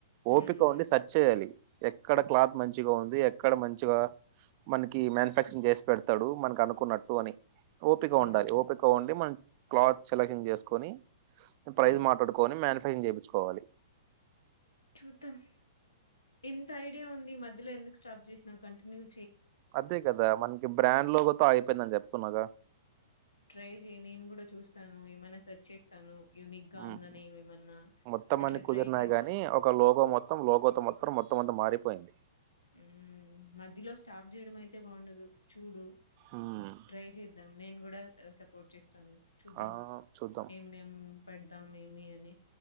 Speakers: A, on the left (about 80°); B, on the right (about 40°).
A: ఉమ్
B: ఓపిక
A: ఉమ్
B: ఉండి సర్చ్ చేయాలి ఎక్కడ క్లాత్ మంచిగా ఉంది ఎక్కడ మంచిగా మనకి మ్యానుఫ్యాక్చరింగ్ చేసి పెడతాడు మనకి అనుకున్నట్టు అని ఓపిక
A: ఉమ్
B: ఉండాలి ఓపిక మన్ క్లాత్ సెలక్షన్ జేసుకొని ప్రైజ్
A: ఉమ్.
B: మాట్లాడుకొని మానుఫ్ టైలరింగ్ జేపిచ్చుకోవాలి.
A: చూద్దాం ఇంత ఐడియా ఉంది మధ్యలో ఎందుకు స్టాప్ జేసినవు కంటిన్యూగ
B: అద్దే గదా మనకి బ్రాండ్ లోగోతో అయిపోయిందన్జెప్తున్నాగ
A: ట్రై జేయ్ నేను గూడ చూస్తాను ఏమన్నా సర్చ్ చేస్తాను యూనిక్ గా
B: ఉమ్
A: ఉన్ననేవి ఏమన్నా
B: మొత్తం
A: అట్లా
B: అన్ని కుదిరినాయి
A: ట్రై చేద్దాం
B: గాని ఒక లోగో మొత్ త్తం లోగోతో మొత్రం మొత్తమంత మారిపోయింది
A: ఉమ్ మధ్యలో స్టాప్ జేయడం అయితే బాగుండదు చూడు
B: ఉమ్,
A: ట్రై చేద్దాం నేను గూడా అ సపోర్ట్ చేస్తాను చూద్దాం
B: ఆ చూద్దాం
A: ఏం నేం పెడదాం ఏమి అని